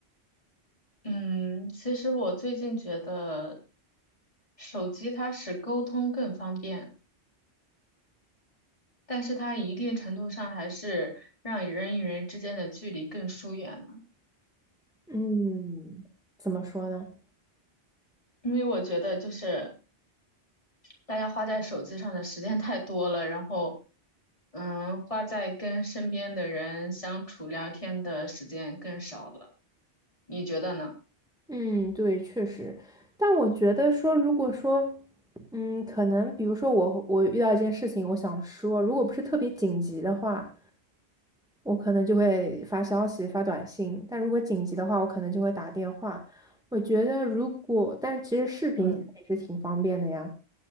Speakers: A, on the left; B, in the centre.
A: 嗯，其实我最近觉得，手机它使沟通更方便，但是它一定程度上还是让人与人之间的距离更疏远了。
B: 嗯，怎么说呢？
A: 因为我觉得就是大家花在手机上的时间 <laughs> 太多了，然后，嗯，花在跟身边的人相处聊天的时间更少了。你觉得呢？
B: 嗯，对，确实，但我觉得说，如果说，嗯，可能比如说我我遇到一件事情，我想说，如果不是特别紧急的话，我可能就会发消息、发短信；但如果紧急的话，我可能就会打电话。我觉得如果，但是其实视频现在也是挺方便的呀。
A: 嗯